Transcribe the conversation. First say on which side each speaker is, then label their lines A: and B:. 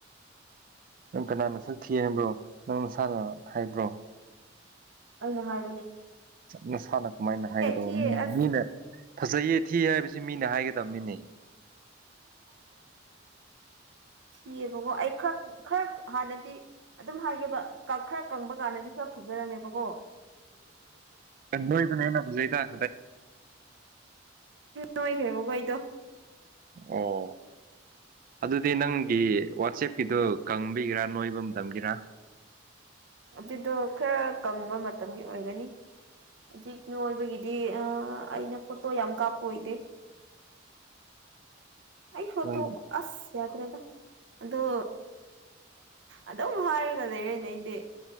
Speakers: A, on the right (about 45°); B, on the right (about 65°).
A: ꯅꯪ ꯀꯅꯥꯅꯁꯨꯛ ꯊꯤ ꯍꯥꯏꯕ꯭ꯔꯣ ꯅꯪ ꯅꯁꯥꯅ ꯍꯥꯏꯕ꯭ꯔꯣ
B: ꯑꯅꯦ ꯍꯥꯏ
A: ꯅꯁꯥꯅ ꯀꯃꯥꯏꯅ ꯍꯥꯏꯒꯗꯧꯕ
B: ꯊꯤꯌꯦ ꯑꯁ
A: ꯃꯤꯅ ꯐꯖꯩꯌꯦ ꯊꯤ ꯍꯥꯏꯕꯁꯤ ꯃꯤꯅ ꯍꯥꯏꯒꯗꯕꯅꯤꯅ
B: ꯁꯤꯌꯦ ꯒꯣ ꯑꯩ ꯈꯔ ꯈꯔ ꯍꯥꯟꯅꯗꯤ ꯑꯗꯨꯝ ꯍꯥꯏꯒꯦꯕ ꯗꯈꯔ ꯀꯪꯕ ꯀꯥꯟꯗꯗꯤ ꯈꯔ ꯐꯖꯔꯝꯃꯦꯕꯀꯣ
A: ꯑꯣꯏꯗꯅ ꯍ‌ꯦꯟꯅꯥ ꯐꯖꯩꯗꯥꯥ
B: ꯅꯣꯏꯅꯔ‌ꯦꯕꯀ‌ꯣ ꯑꯩꯗ‌ꯧ
A: ꯑꯣ ꯑꯗꯨꯗꯤ ꯅꯪꯒꯤ ꯋꯥꯆꯦꯞꯀꯤꯗꯨꯣ ꯀꯪꯕꯤꯒꯦꯔꯥ ꯅꯣꯏꯕ ꯃꯇꯝꯒꯤꯔ
B: ꯑꯗꯨꯗꯣ ꯈꯔ ꯀꯪꯕ ꯃꯇꯝꯒꯤ ꯑꯣꯏꯒꯅꯤ ꯍꯧꯖꯤꯛ ꯅꯣꯏꯕꯒꯤꯗꯤ ꯑꯥ ꯑꯩꯅ ꯐꯣꯠꯇꯣ ꯌꯥꯝ ꯀꯥꯞꯄ ꯑꯣꯏꯗꯦ ꯑꯩ ꯐꯣꯇꯣ
A: ꯅꯣꯏ
B: ꯑꯁ ꯌꯥꯗ꯭ꯔꯦꯗ ꯑꯗꯨꯗꯣ ꯑꯗꯨꯝ ꯍꯥꯏꯔꯒ ꯂꯩꯔꯦꯅꯦ ꯑꯩꯗꯤ